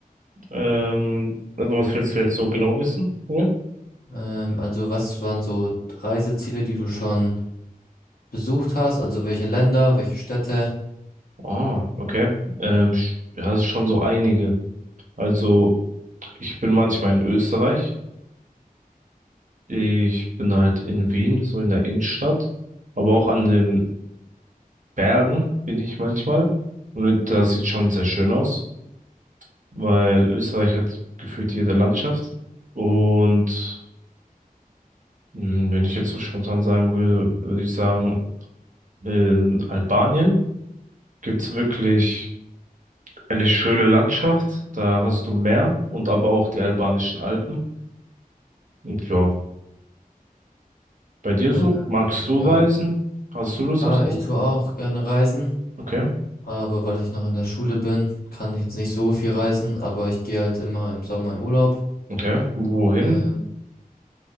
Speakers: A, on the right (about 55°); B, on the left (about 80°).
A: Ähm, also was willst du jetzt so genau wissen? Ja.
B: Ähm, also was waren so Reiseziele, die du schon besucht hast? Also welche Länder, welche Städte?
A: Ah, okay. Ähm, sch- ja, das ist schon so einige. Also, ich bin manchmal in Österreich. Ich bin halt in Wien, so in der Innenstadt. Aber auch an den Bergen bin ich manchmal. Und das sieht schon sehr schön aus, weil Österreich hat gefühlt jede Landschaft. Und Hm, Wenn ich jetzt so spontan sagen würde, würde ich sagen, in Albanien gibt's wirklich eine schöne Landschaft. Da hast du Meer und aber auch die albanischen Alpen. Und ja, bei dir
B: Ähm,
A: so? Magst du
B: ja.
A: reisen? Hast du Lust
B: Ja,
A: aufs
B: ich
A: Land?
B: tue auch gerne reisen.
A: Okay,
B: Aber weil ich noch in der Schule bin, kann ich jetzt nicht so viel reisen, aber ich gehe halt immer im Sommer in Urlaub.
A: okay. Wohin?
B: Ähm,